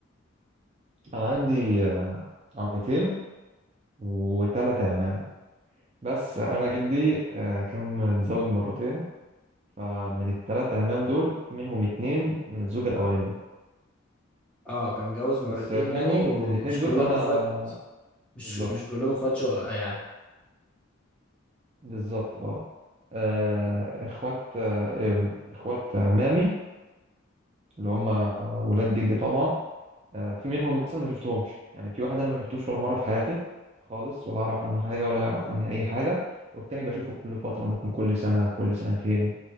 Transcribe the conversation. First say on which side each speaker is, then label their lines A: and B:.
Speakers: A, on the right; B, in the centre.
A: انا عندي آه، عمتين وثلاث اعمام بس انا جدي آه، كان متزوج مرتين فمن الثلاث اعمام دول في منهم اتنين من الزوجه الاولانيه
B: اه كان متجوز مرتين
A: بس منهم
B: يعني ومش
A: الاتنين دول
B: كلهم
A: انا
B: اخوات مش
A: بالظبط
B: مش كلهم اخوات شقق يعني
A: بالظبط اه آه، اخوات آه، اخوات مامي اللي هم ولاد جدي طبعا آه، في منهم مثلا ما شفتهمش يعني في واحد انا ما شفتوش ولا مره في حياتي خالص ولا اعرف عنه حاجه ولا يعرف عني اي حاجه والتاني بشوفه كل فتره ممكن كل سنه كل سنتين